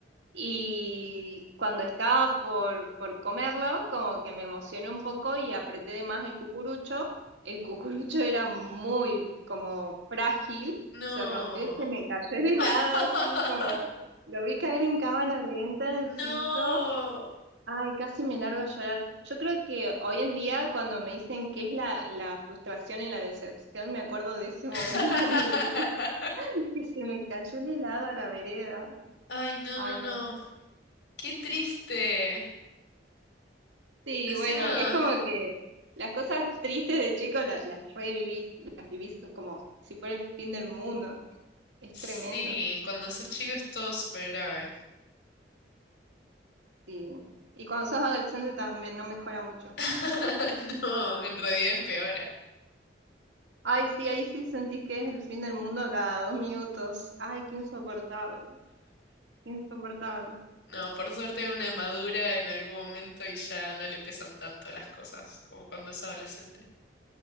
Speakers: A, on the right; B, on the left.
A: Y cuando estaba por, por comerlo, como que me emocioné un poco y apreté de más el cucurucho. El cucurucho era muy como frágil,
B: no.
A: se rompió y se me cayó el helado
B: <laughs>
A: así como lo vi caer en cámara lenta en
B: No.
A: el piso Ay, casi me largo a llorar. Yo creo que hoy en día, cuando me dicen qué es la, la frustración y la decepción, me acuerdo de ese <laughs> momento
B: <laughs>
A: de mi vida <laughs> que se me cayó el helado a la vereda.
B: Ay, no,
A: Ay,
B: no, no.
A: no.
B: Qué triste.
A: Sí,
B: Encima,
A: bueno, es como que las cosas tristes de chico la- las, revivís, las vivís como si fuera el fin del mundo. Es
B: sí,
A: tremendo.
B: cuando sos chico es todo súper grave.
A: Sí. Y cuando sos adolescente también no mejora mucho.
B: <laughs> No, en realidad empeora.
A: Ay, sí, ahí sí sentís que es el fin del mundo cada dos minutos. Ay, qué insoportable, qué insoportable.
B: No, por suerte una madura en algún momento y ya no le pesan tanto las cosas como cuando es adolescente.